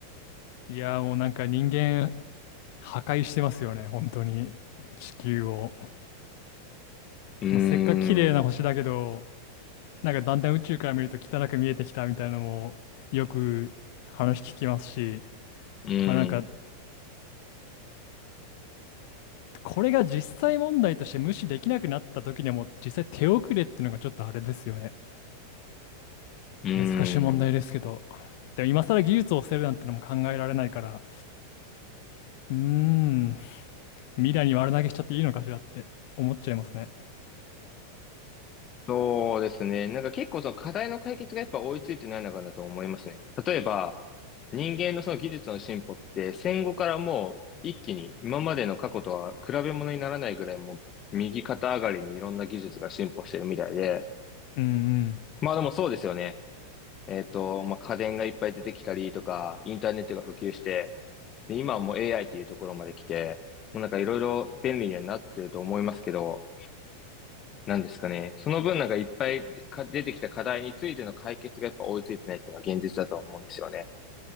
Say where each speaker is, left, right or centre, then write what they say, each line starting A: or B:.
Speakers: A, on the left; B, on the left.
A: い。いやー、もうなんか人間破壊してますよね、本当に。地球を。
B: うーん、
A: まあ、せっかく綺麗な星だけど、
B: う
A: なんかだんだん宇宙から見ると汚く見えてきたみたいなのもよく話聞きますし、
B: ーん、
A: まあなんか、これが実際問題として無視できなくなった時にはもう実際手遅れっていうのがちょっとあれですよね。
B: うー
A: 難しい問題ですけど。
B: ん。
A: でも今更技術を捨てるなんてのも考えられないから、うーん、未来に悪投げしちゃっていいのかしらって思っちゃいますね。
B: そうですね。なんか結構その課題の解決がやっぱ追いついてないのかなと思いますね。例えば、人間のその技術の進歩って戦後からもう一気に今までの過去とは比べ物にならないぐらいもう右肩上がりにいろんな技術が進歩してるみたいで。
A: うん
B: まあでもそうですよね。えっと、まあ家電がいっぱい出てきたりとか、インターネットが普及して、で今はもう AI っていうところまで来て、もうなんかいろいろ便利にはなってると思いますけど、なんですかね。その分なんかいっぱいか出てきた課題についての解決がやっぱ追いついてないっていうのが現実だと思うんですよね。